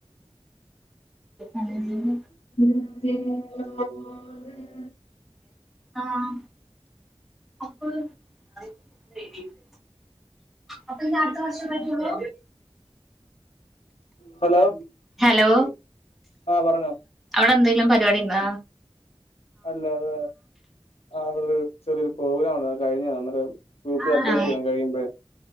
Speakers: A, in the centre; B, on the left.
A: അയ്ന്
B: <unintelligible>
A: ആഹ് അപ്പ് <unintelligible> അപ്പഞ്ഞ് അടുത്ത വർഷേ പറ്റൊള്ളു.
B: ഹലോ
A: ഹലോ
B: ആഹ് പറഞ്ഞോ
A: അവിടെന്തേലും പരിപാടിണ്ടാ?
B: അല്ല അത് ആഹ് ഇവിടൊരു ചെറിയൊരു പ്രോഗ്രാംണ്ടായി അത് കഴിഞ്ഞതാ അന്നേരം ഗൂപ്പില്
A: ആ
B: അപ്ഡേറ്റെയ്യണം കഴിയുമ്പഴേ